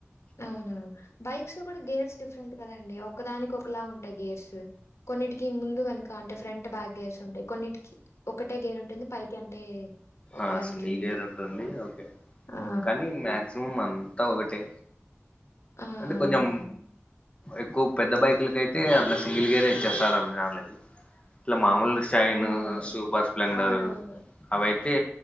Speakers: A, on the left; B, on the left.
A: అవునవును బైక్స్ లో కూడా గేర్స్ డిఫరెంట్ కదండి ఒకదానికి ఒకలా ఉంటాయి గేర్స్ కొన్నిటికి ముందు వెనుక అంటే ఫ్రంట్ బ్యాక్ గేర్స్ ఉంటాయి కొన్నిటికి ఒక్కటే గేరుంటుంది పైకి అంటే ఒకలాగా
B: ఆ సింగిల్
A: కిందికి
B: గేర్ ఉంటుంది
A: అలా
B: ఓకే
A: ఆ
B: కానీ అంతా ఒకటే
A: ఆ!
B: అంటే
A: అవునవును.
B: కొంచం ఎక్కువ పెద్ద బైకులక అయితే అట్లా సింగిల్ గేర్ ఇచ్చేస్తారు అన్నిదాన్లకి ఇట్లా మామూలు చైను
A: అవునవును.
B: సూపర్ స్ప్లెండర్
A: అవునవును.
B: అవైతే